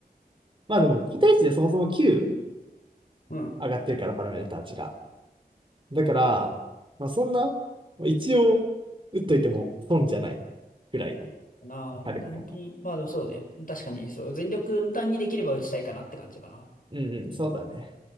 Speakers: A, on the right (about 30°); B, on the left (about 55°).
A: まあでも、個体値でそもそも9
B: うん
A: 上がってるから、パラメーター値が。だから、まあそんな、まあ一応、打っといても損じゃないぐらいの
B: なあ、
A: 火力かな。
B: で本当に、まあでもそうね。確かに、そう、全力の単にできれば打ちたいかなって感じかな。
A: うんうん、そうだね。